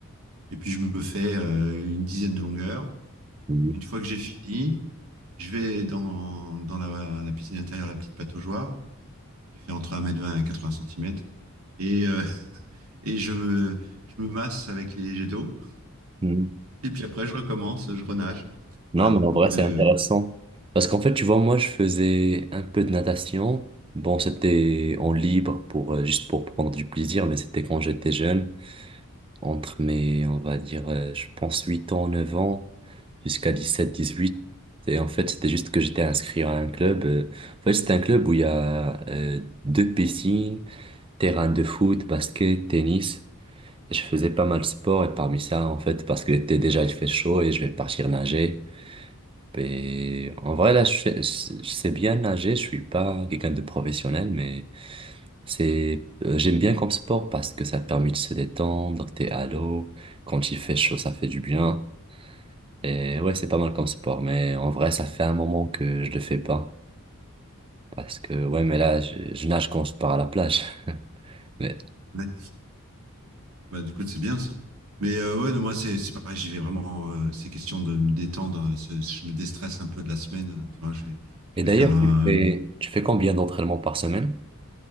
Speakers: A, on the right; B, on the right.
A: Et puis, je me fais euh, une dizaine de longueurs.
B: Mm.
A: Une fois que j'ai fini, je vais dans, dans la, la piscine intérieure, la petite pataugeoire, qui fait entre un mètre vingt et quatre-vingts centimètres, Et, euh, <laughs> et je me, je me masse avec les jets d'eau.
B: Mm.
A: Et puis après, je recommence, je renage.
B: Non,
A: Voilà.
B: mais en
A: Donc,
B: vrai, c'est
A: euh,
B: intéressant. Parce qu'en fait, tu vois, moi, je faisais un peu de natation. Bon, c'était en libre pour, euh, juste pour prendre du plaisir, mais c'était quand j'étais jeune. entre mes, on va dire, euh, je pense 8 ans, 9 ans, jusqu'à dix sept dix huit Et en fait, c'était juste que j'étais inscrit à un club. euh, En fait, c'est un club où il y a euh, deux piscines, terrain de foot, basket, tennis. Et je faisais pas mal de sport et parmi ça, en fait, parce que l'été déjà, il fait chaud et je vais partir nager. Et en vrai, là, je sais, je sais bien nager. Je suis pas quelqu'un de professionnel, mais c'est, euh, j'aime bien comme sport parce que ça permet de se détendre, t'es à l'eau, quand il fait chaud, ça fait du bien. Et ouais, c'est pas mal comme sport, mais en vrai, ça fait un moment que je le fais pas. Parce que, ouais, mais là, je, je nage quand je pars à la plage. <laughs> Mais...
A: ouais. Bah, du coup, c'est bien ça. Mais euh, ouais, non, moi, c'est c'est pareil, j'y vais vraiment. euh, c'est question de me détendre. c'est- Je me déstresse un peu de la semaine. euh, Tu vois, je vais, je
B: Et d'ailleurs,
A: vais faire un.
B: tu fais, tu fais combien d'entraînements par semaine?